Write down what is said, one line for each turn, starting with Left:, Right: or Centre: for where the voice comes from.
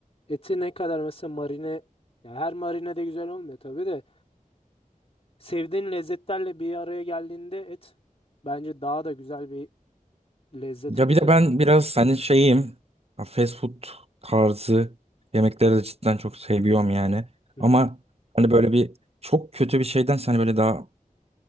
Left: Eti ne kadar mesela marine ya her marine de güzel olmuyor tabii de. Sevdiğin lezzetlerle bir araya geldiğinde et bence daha da güzel bir lezzet
Right: Ya
Left: katıyor
Right: bir de ben
Left: yani.
Right: biraz hani şeyim, ya fast food tarzı yemekleri de cidden çok seviyorum yani.
Left: Hı
Right: Ama
Left: hı.
Right: hani böyle bir çok kötü bir şeyden hani böyle daha